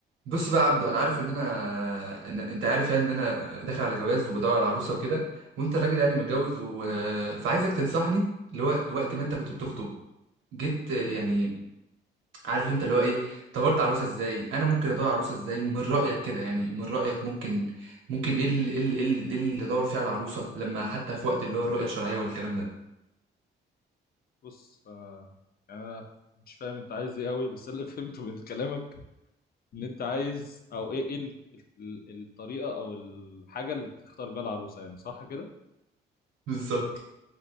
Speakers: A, on the right (about 80°); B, on the left (about 50°).
A: بص بقى يا عبدو انا عارف ان انا إن... انت عارف يعني ان انا داخل على جواز وبدور على عروسه وكده وانت راجل يعني متجوز و... فعايزك تنصحني اللي هو وقت ما انت كنت بتخطب جيت يعني عارف انت اللي هو ايه دورت على عروسه ازاي انا ممكن ادور على عروسه ازاي من رايك كده يعني من رايك ممكن ممكن ايه اللي إيه اللي إيه اللي إيه اللي ادور فيه على عروسه لما حتى في وقت اللي هو الرؤيه الشرعيه والكلام ده
B: بص انا يعني انا مش فاهم انت عايز ايه قوي بس أنا اللي <laughs> فهمته من كلامك ان انت عايز او ايه ايه ال- ال- الطريقه او الحاجه اللي تختار بيها العروسه يعني صح كده
A: بالظبط